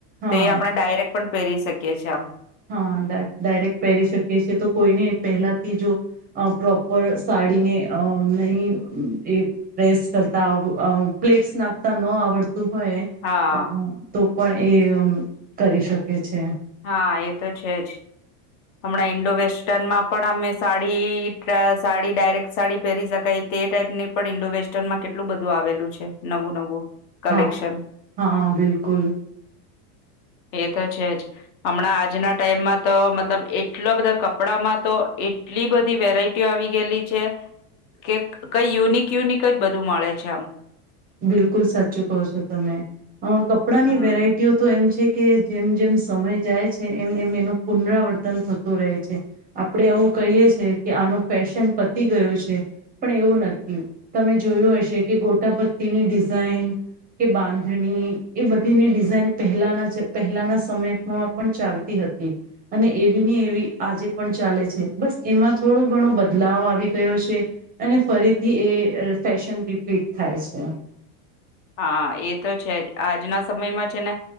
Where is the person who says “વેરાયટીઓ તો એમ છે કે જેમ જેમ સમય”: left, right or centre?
Right